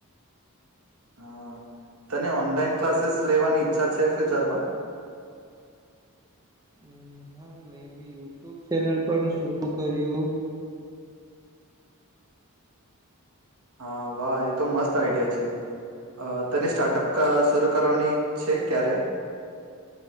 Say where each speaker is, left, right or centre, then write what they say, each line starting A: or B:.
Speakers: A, on the right; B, on the right.
A: હા, તને ઓનલાઈન ક્લાસીસ લેવાની ઈચ્છા છે ફ્યુચરમાં?
B: અમ હા મે બી યુટ્યુબ ચેનલ પણ શુરુ કર્યું.
A: હા, વાહ એ તો મસ્ત આઈડિયા છે, અ તેને સ્ટાર્ટઅપ શરૂ કરવાની છે ક્યારે?